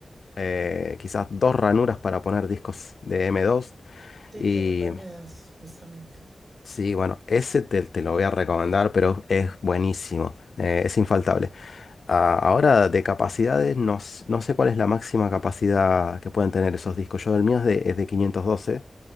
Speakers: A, on the left; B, on the right.
A: eh, quizás dos ranuras para poner discos de M2
B: Sí,
A: y
B: tiene PMDAs, justamente.
A: sí, bueno, ese te, te lo voy a recomendar, pero es buenísimo, eh, es infaltable. Ah, ahora, de capacidades, no, s- no sé cuál es la máxima capacidad que pueden tener esos discos. Yo, el mío es de, es de 512